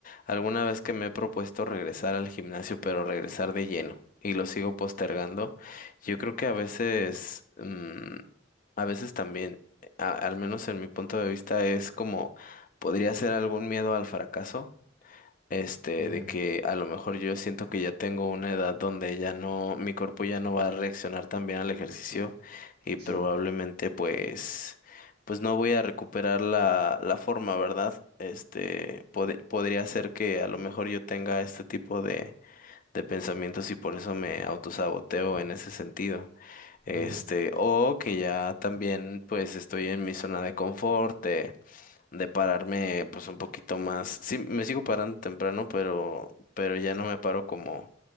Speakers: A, on the left; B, on the right.
A: alguna vez que me he propuesto regresar al gimnasio, pero regresar de lleno y lo sigo postergando, yo creo que a veces, mm, a veces también, a- al menos en mi punto de vista, es como, podría ser algún miedo al fracaso este,
B: Ujú,
A: de que a lo mejor yo siento que ya tengo una edad donde ya no, mi cuerpo ya no va a reaccionar tan bien al ejercicio y probablemente
B: Sí.
A: pues, pues no voy a recuperar la, la forma, ¿verdad? Este, pod- podría ser que a lo mejor yo tenga este tipo de, de pensamientos y por eso me autosaboteo en ese sentido. Este,
B: ujú,
A: o que ya también pues estoy en mi zona de confort, eh, de pararme pues un poquito más. Sí, me sigo parando temprano, pero, pero ya no me paro como,